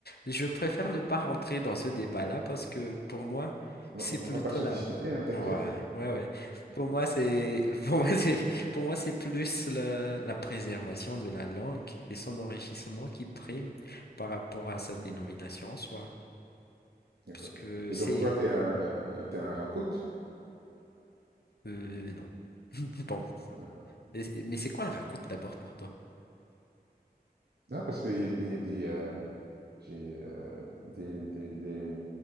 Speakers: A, on the left; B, on the right.
A: je préfère ne pas rentrer dans ce débat-là parce que pour moi, c'est
B: Non,
A: plutôt
B: on va pas se
A: la...
B: disputer, hein, t'inquiète,
A: Ouais,
B: hein.
A: ouais, ouais. Pour moi, c'est... <laughs> Pour moi, c'est... Pour moi, c'est plus la, la préservation de la langue et son enrichissement qui prime par rapport à sa dénomination
B: D'accord,
A: en soi.
B: d'accord.
A: Parce que
B: Et
A: c'est...
B: donc toi, t'es un t'es un Rakout?
A: euh, non. <laughs> Bon.
B: D'accord.
A: Mais mais c'est quoi un racout d'abord pour toi?
B: Non, parce qu'il y a il y a des, heu, j'ai, heu, des des des